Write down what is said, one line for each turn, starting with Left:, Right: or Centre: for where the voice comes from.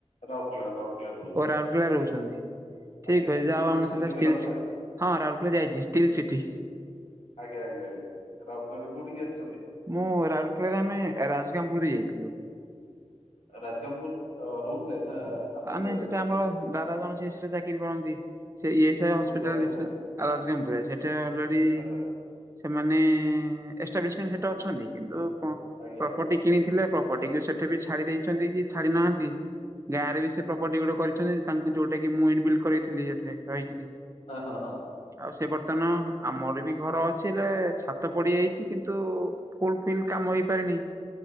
Left: ରାଉରକେଲା ରାଉରକେଲାରେ ରହୁଛି।
Right: ଓ ରାଉଲକେଲା ରହୁଛନ୍ତି? ଠିକ
Left: ଆଜ୍ଞା ଆଜ୍ଞା
Right: ଅ ଯା ଆମର,
Left: ଆସିଛନ୍ତି କେବେ ରାଉରକେଲା
Right: ହଁ ରାଉରକେଲା ଯାଇଛି ଷ୍ଟିଲ୍ ସିଟି
Left: ଆଜ୍ଞା, ଆଜ୍ଞା, ଆ ରାଉଲକେଲା କଉଠିକି ଆସିଛନ୍ତି?
Right: ମୁଁ ରାଉରକେଲାରେ ଆମେ, ରାଜଗାଙ୍ଗ ପୁରରେ ଯାଇଥିଲୁ।
Left: ରାଜଗାଙ୍ଗପୁର ବ ନା
Right: ଆ
Left: <unintelligible>
Right: ନାଇଁ,
Left: ରାଜଗାଙ୍ଗପୁର
Right: ସେଟା ଆମର ଦା ଜଣ ସେ ସେଟା ଚାକିରି କରନ୍ତି ସେ
Left: କୋଉଠି
Right: ଶୁଣନ୍ତୁ
Left: ରାଜଗାଙ୍ଗପୁରରେ
Right: ସେଟା ଅଲରେଡି
Left: ଆଚ୍ଛା
Right: ସେମାନେ ଏାବ୍ମଣ୍ଟ <unintelligible> ସେଟା ଅଛନ୍ତି। କିନ୍ତୁ
Left: ଆଜ୍ଞା
Right: ପ୍ରପର୍ଟି
Left: ଆଜ୍ଞା
Right: କିଣିଥିଲେ, ପ୍ରପର୍ଟି କି ସେଠି ବି ଛାଡି ଦେଇଛନ୍ତି କି ଛାଡି ନାହାନ୍ତି ଗାଁ ରେ ବି ସେ ପ୍ରପର୍ଟି ଗୁଡା କରି ତାଙ୍କୁ ଯୋଉଟା କି ମୁଥିଲି ସେଥିରେ ରହିକରି,
Left: ହଁ ହଁ ହଁ।
Right: ଆଉ ସେ ବ ବତନ ଆମର ବି ଘର ଅଛି, ହେଲେ ଛାତ ପଡିଯାଇଛି କିନ୍ତୁ ଫୁଲ ଫିଲ୍ କାମ ହେଇପାରିନି,